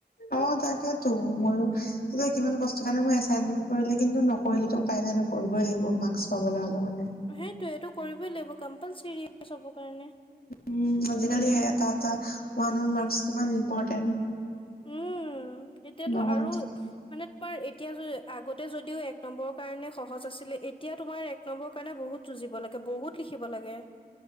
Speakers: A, on the left; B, on the left.
A: অ', তাকেতো মইওঁ সেই কিমান কষ্ট কাৰণে মই এচাইনমেণ্ট কৰিলে কিন্তু নকৰিলেতো উপায় নাই ন', কৰিবই লাগিব মাৰ্ক পাবলৈ হ'লে মানে।
B: সেইটো এইটো কৰিবই লাগিব কম্পালচৰি। চবৰ কাৰণে
A: উম', আজিকালি এটা এটা, ওৱান মাৰ্কচ কিমান ইম্পৰ্টেণ্ট।
B: উম', এতিয়াতো
A: নহ'লে
B: আৰু
A: যে-
B: মানে তোমাৰ এতিয়া আগতে যদিও এক নম্বৰৰ কাৰণে সহজ আছিলে, এতিয়া তোমাৰ এক নম্বৰ কাৰণে বহুত যুঁজিব লাগে, বহুত লিখিব লাগে।